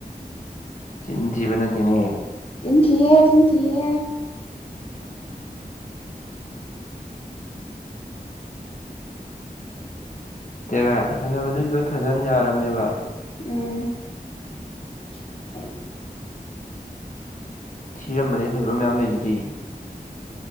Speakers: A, on the left; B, on the left.
A: ꯆꯤꯟ ꯊꯤꯕꯅ ꯅꯥꯠꯇꯦꯅꯦ
B: ꯆꯤꯟꯊꯤ ꯍ ꯆꯤꯟꯊꯤ ꯑꯦ
A: ꯇꯦꯕ ꯐꯖꯕꯗꯤ ꯂꯣꯏ ꯐꯖꯅ ꯌꯥꯔꯕꯝꯅꯦꯕ
B: ꯎꯝ <unintelligible>
A: ꯊꯤꯔꯝꯕꯗꯩ ꯐꯖꯕ ꯃꯌꯥꯝ ꯂꯩꯁꯤꯗꯤ